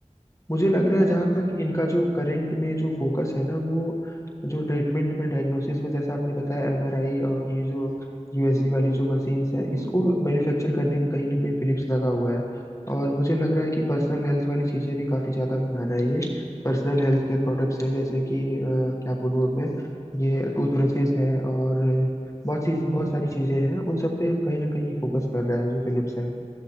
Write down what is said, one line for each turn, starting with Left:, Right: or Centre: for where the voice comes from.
Left: मुझे लग रहा है
Right: है
Left: जहां
Right: ना
Left: तक इनका जो करंट में जो फोकस है ना वो जो ट्रीटमेंट में डायग्नोसिस में जैसा आपने बताया एमआरआई और ये जो यूएसजी
Right: हम्म
Left: वाली जो मशीन्स है
Right: हम्म
Left: इसको मैन्युफैक्चर करने में कहीं ना कहीं फिलिप्स लगा हुआ है और मुझे लग रहा है कि पर्सनल हेल्थ वाली चीजें भी काफी ज्यादा बना रहा है ये पर्सनल हेल्थ केयर प्रोडक्ट्स हैं जैसे
Right: हम्म
Left: कि अ, क्या बोलूँ मैं ये टूथब्रशेस है और बहुत सी बहुत
Right: हम्म
Left: सारी चीजें हैं उन सब पे कहीं ना कहीं ये फोकस कर रहा है जो फिलिप्स है